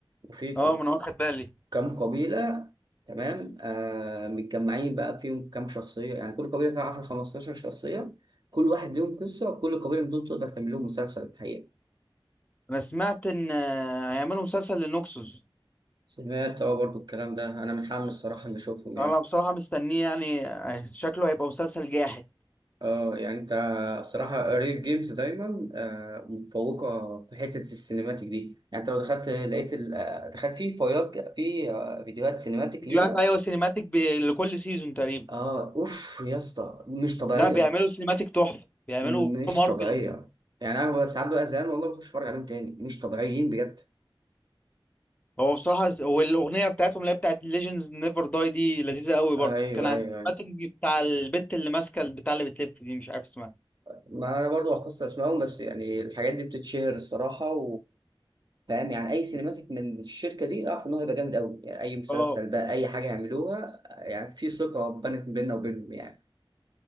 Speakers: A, on the right; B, on the left.
A: وفي
B: اه ما انا واخد بالي
A: كم قبيله تمام آه متجمعين بقى فيهم كم شخصيه يعني كل قبيله فيها 10 15 شخصيه كل واحد ليهم قصه وكل قبيله من دول تقدر تعمل لهم مسلسل الحقيقه
B: انا سمعت ان آه، هيعملوا مسلسل لنوكسوس
A: سمعت اه برضو الكلام ده انا متحمس الصراحه اني اشوفهم يعني
B: انا بصراحه مستنيه يعني آه، شكله هيبقى مسلسل جاحد
A: اه يعني انت الصراحة ريل جيمز دايما آه، متفوقة في حتة السينماتيك دي يعني انت لو دخلت لقيت ال- آه، دخلت في فايلات ك- في آه، فيديوهات سينماتيك
B: فيديوهات
A: ليها
B: ايوه سينيماتيك ب... لكل سيزون تقريبا
A: اه اوف يا اسطى مش طبيعية
B: لا بيعملوا سينيماتيك تحفه بيعملوا
A: م- مش
B: مارفل
A: طبيعية يعني انا ببقى ساعات بقى زهقان والله بخش اتفرج عليهم تاني مش طبيعيين بجد
B: هو بصراحة س- والأغنية بتاعتهم اللي هي بتاعت Legends Never Die دي لذيذة قوي
A: ايوه
B: برضو كان على
A: ايوه ايوه
B: السينماتيك بتاع البنت اللي ماسكة البتاع اللي بتلف دي مش عارف اسمها
A: ما انا برضو حفظت اسمائهم بس يعني الحاجات دي بتتشهر الصراحة فاهم يعني اي سينماتيك من الشركه دي اعرف ان هو هيبقى جامد قوي يعني اي مسلسل
B: اه
A: بقى اي حاجه يعملوها يعني في ثقه بنت بيننا وبينهم يعني